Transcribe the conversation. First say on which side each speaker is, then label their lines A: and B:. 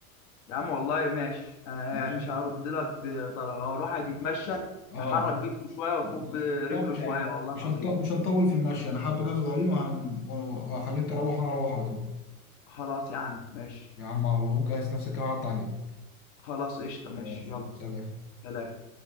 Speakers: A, on the left; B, on the left.
A: يا عم والله ماشي آه
B: ماشي
A: مش هرد لك طلب هو الواحد يتمشى
B: اه
A: يحرك جسمه شويه ويفك
B: بالظبط
A: رجله شويه
B: يا عم
A: والله
B: مش
A: العظيم
B: هنط... مش هنطول في المشي انا حابه كده صغيرين وهن... وهخليك تروح وانا اروح على طول
A: خلاص يا عم ماشي
B: يا عم والله قوم جهز نفسك كده عدى عليك
A: خلاص قشطه ماشي
B: خلاص
A: يلا
B: سلام
A: سلام